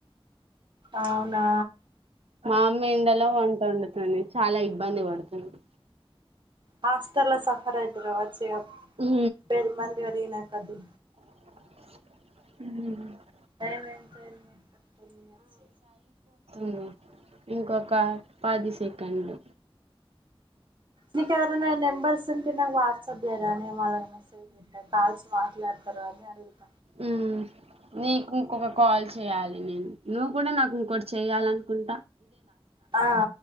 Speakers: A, on the right; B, on the right.
A: అవునా
B: మా అమ్మ ఎండలో వంట వండుతుంది చాలా ఇబ్బంది పడుతుంది
A: హాస్టెల్ లో సఫర్ అయితరు కావచ్చు ఇగ
B: ఉ
A: బె మంది పెరిగిన కోద్ది
B: మ్
A: టైం ఎంత ఆఇంది ఇంకా టెన్ మినిట్స్
B: మ్ ఇంకొక పది సెకండ్లు
A: నిక్ ఎవరినైనా నెంబర్స్ ఉంటే నాకు వాట్సాప్ చేయరా నిను మల్ మెసేజ్ పెడుతా కాల్స్ మాట్లాడుతారో అని అడుగుత
B: మ్ నీకు ఇంకొక కాల్ చేయ్యాలి నేను నువ్వు కూడా నాకు ఇంకోటి చెయ్యాలనుకుంటా
A: ఆ